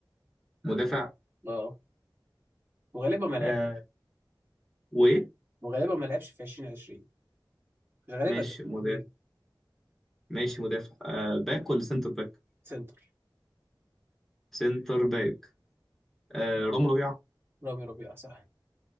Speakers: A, in the centre; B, on the right.
A: مدافع
B: اه وغالبا ما لعبش
A: آه وايه
B: وغالبا ما لعبش في 2020 مش غالبا
A: ماشي
B: ده
A: مدافع
B: كبير
A: ماشي مدافع آه باك ولا سنتر باك
B: سنتر
A: سنتر باك آه رام ربيعة
B: رامي ربيعه صح